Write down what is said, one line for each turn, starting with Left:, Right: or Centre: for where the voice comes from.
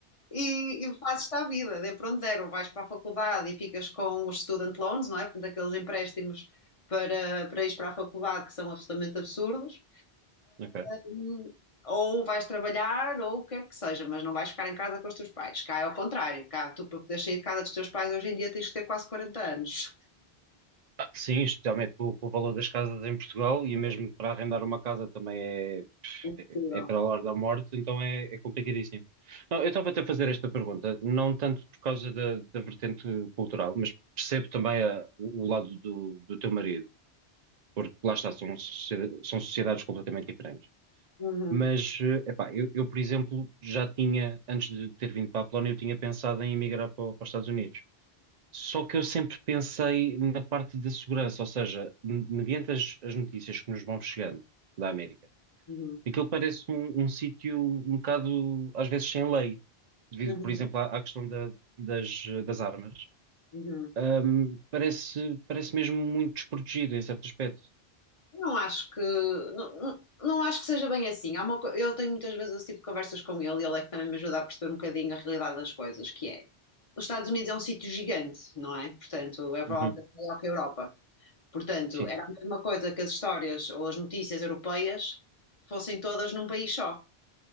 Left: e e fazes-te à vida, dê para onde der, ou vais para a faculdade e ficas com os student loans, não é? Portanto, aqueles empréstimos para, para ir para a faculdade que são absolutamente absurdos
Right: Ok.
Left: Hum, ou vais trabalhar, ou o que quer que seja, mas não vais ficar em casa com os teus pais. Cá é ao contrário, cá tu para poder sair de casa dos teus pais hoje em dia tens que ter quase quarenta anos.
Right: Ah, Sim, especialmente com, com o valor das casas em Portugal e mesmo para arrendar uma casa também é,
Left: Possível.
Right: é, é para a hora da morte, então é, é complicadíssimo. Não, eu estava até a fazer esta pergunta, não tanto por causa da, da vertente cultural, mas percebo também a- o, o lado do, do teu marido, porque lá está, são, socie- são sociedades completamente diferentes.
Left: Uhum,
Right: Mas, eh, epá, eu, eu, por exemplo, já tinha, antes de ter vindo para a Polónia, eu tinha pensado em emigrar para, para os Estados Unidos. Só que eu sempre pensei na parte da segurança, ou seja, me- mediante as, as notícias que nos vão chegando da América,
Left: uhum,
Right: aquilo parece um, um sítio um bocado, às vezes, sem lei, devido,
Left: uhum,
Right: por exemplo, à, à questão da- das, das armas.
Left: uhum.
Right: Ahm, parece, parece mesmo muito desprotegido em certo aspecto.
Left: Não acho que não, não, não acho que seja bem assim. Há uma, co- eu tenho muitas vezes esse tipo de conversas com ele e ele é que também me ajuda a perceber um bocadinho a realidade das coisas, que é os Estados Unidos é um sítio gigante, não é? Portanto, é provavelmente
Right: Uhum,
Left: maior que a Europa. Portanto,
Right: Sim,
Left: era a mesma coisa que as histórias ou as notícias europeias fossem todas num país só.